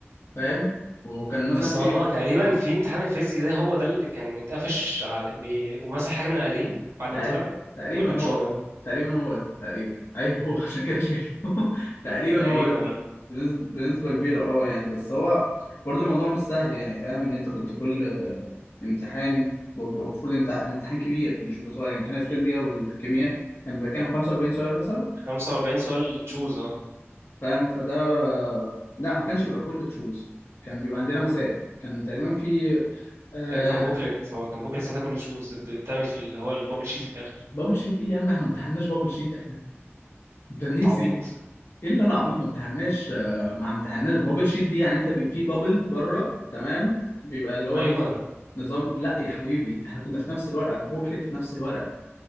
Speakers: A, on the left; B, on the right.
A: فاهم وكان مثلا
B: بس
A: في
B: هو تقريبا في امتحان الفيزياء ده هو ده اللي كان اتقفش على بي... ومسح حاجة من على دي بعد
A: تق-
B: ما طلع
A: تقريبا
B: ولا مش
A: هو
B: هو ده
A: تقريبا هو ده تقريبا ايوه هو <laughs> عشان كده شايله <laughs> تقريبا
B: تقريبا
A: هو ده بنسبة, بنسبة كبيرة اه يعني بس هو برضو الموضوع مش سهل يعني فاهم ان انت كنت كل آه، امتحان ب- ب- المفروض انت الامتحان كبير مش بيبقى صغير يعني امتحان الفيزياء والكيمياء كان بيبقى كام 45 سؤال مثلا
B: 45 سؤال تشوز اه
A: فاهم فده لا ما كانش بيبقى كله تشوز كان بيبقى عندنا مسائل كان تقريبا في آه
B: يعني كان بوكلت هو كان بوكلت ساعتها كله تشوز بتعمل اللي هو البابل شيت في الاخر
A: بابل شيت ايه يا عم احنا ما امتحناش بابل شيت احنا انت ناسي
B: انت عبيط
A: ايه اللي انا عبيط ما امتحناش آه، ما امتحناش البابل شيت دي يعني انت بي في بابل بره تمام بيبقى اللي هو
B: ايوه
A: نظ... نظام لا يا حبيبي احنا كنا في نفس الورقه بوكلت في نفس الورقه